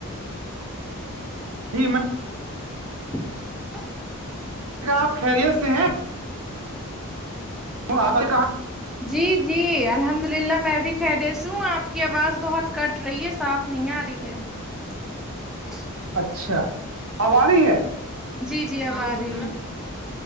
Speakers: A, on the right; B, in the centre.
A: جی میں
B: <inaudible>
A: کیا آپ خیریت سے ہیں آپ کہاں
B: جی جی الحمد اللہ میں بھی خریش ہوں آپ کی آواز بہت کٹ رہی ہے صاف نہیں آ رہی ہے <inaudible>
A: اچھا اب آ رہی ہے
B: جی جی اب آ رہی